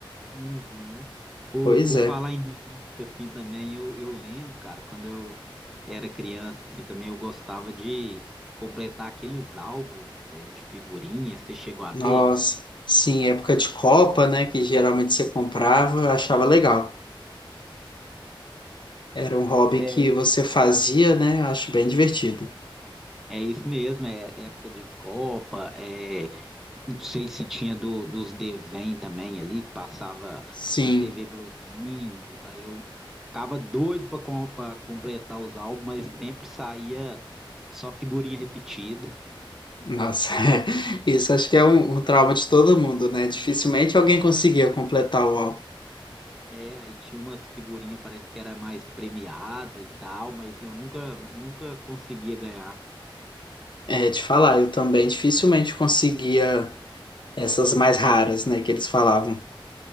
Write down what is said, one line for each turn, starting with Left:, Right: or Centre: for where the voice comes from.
Centre: Uhum. Por,
Left: Pois
Centre: por
Left: é.
Centre: falar em revista, assim, também, eu, eu lembro, cara, quando eu era criança, assim, também eu gostava de completar aqueles álbuns, eh, de figurinha, você chegou a
Left: Nossa,
Centre: ter?
Left: sim, época de Copa, né? Que geralmente você comprava, eu achava legal. Era um hobby
Centre: É,
Left: que você fazia, né? Eu acho bem divertido.
Centre: É isso mesmo, é época de Copa, é, não sei se tinha do, dos desenhos também ali, que passava
Left: Sim.
Centre: na TV Globinho, aí eu ficava doido para com- completar os álbuns, mas sempre saía só figurinha repetida.
Left: Nossa, <laughs> é. Isso acho que é um, um trauma de todo mundo, né? Dificilmente alguém conseguia completar o álbum.
Centre: É, aí tinha umas figurinhas, parece que era mais premiada e tal, mas eu nunca, nunca conseguia ganhar.
Left: É, te falar, eu também dificilmente conseguia essas mais raras, né, que eles falavam.